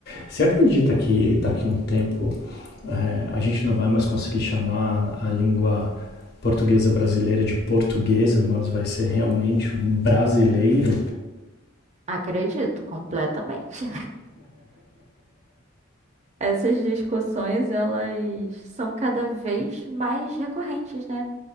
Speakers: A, on the left (about 50°); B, on the right (about 30°).
A: Você acredita que daqui a um tempo é, a gente não vai mais conseguir chamar a língua portuguesa brasileira de portuguesa, mas vai ser realmente um brasileiro
B: Acredito, completamente. Essas discussões, elas são cada vez mais recorrentes, né?